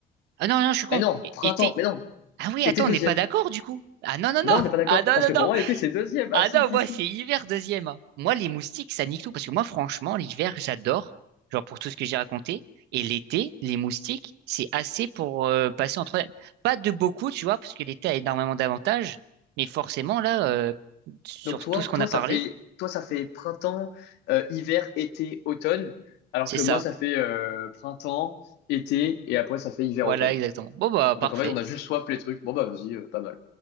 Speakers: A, on the right (about 85°); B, on the left (about 90°).
A: Ah non, non, je suis con.
B: Eh non,
A: É-
B: printemps,
A: Été,
B: mais non,
A: Ah oui,
B: Était
A: attends,
B: deuxième.
A: on n'est pas d'accord du coup. Ah non, non,
B: Non,
A: non.
B: on n'est pas d'accord.
A: Ah non,
B: Parce
A: non,
B: que pour
A: non.
B: moi, été, c'est deuxième.
A: Ah
B: Ah si,
A: non,
B: si,
A: moi,
B: si.
A: c'est hiver deuxième. hein. Moi, les moustiques, ça nique tout. Parce que moi, franchement, l'hiver, j'adore. Genre pour tout ce que j'ai raconté. Et l'été, les moustiques, c'est assez pour euh, passer en troisième. Pas de beaucoup, tu vois, parce que l'été a énormément d'avantages. Mais forcément, là, euh, sur
B: Donc toi,
A: tout ce qu'on
B: toi,
A: a
B: ça
A: parlé,
B: fait, toi, ça fait printemps, euh, hiver, été, automne. Alors
A: c'est
B: que
A: ça.
B: moi, ça fait euh, printemps, été, et après, ça fait hiver,
A: Voilà,
B: automne.
A: exactement. Bon, bah,
B: Donc
A: parfait.
B: en fait, on a juste swap les trucs. Bon, bah vas-y, euh, pas mal.